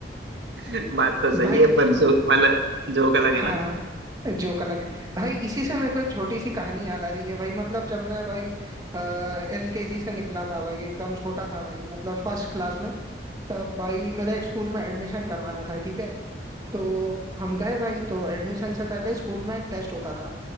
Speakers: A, on the right; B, on the right.
A: <laughs> बात तो सही
B: भाई
A: है पर जो वाला जोक अलग
B: हाँ
A: है ना
B: हाँ जोक अलग है भाई इसी से मेरे को एक छोटी सी कहानी याद आ रही है भाई मतलब जब मैं भाई एल के जी से निकला था भाई एकदम छोटा था भाई मतलब फर्स्ट क्लास में तब भाई मेरा एक स्कूल में एडमिशन करवाना था ठीक है तो हम गए भाई तो एडमिशन से पहले स्कूल में एक टेस्ट होता था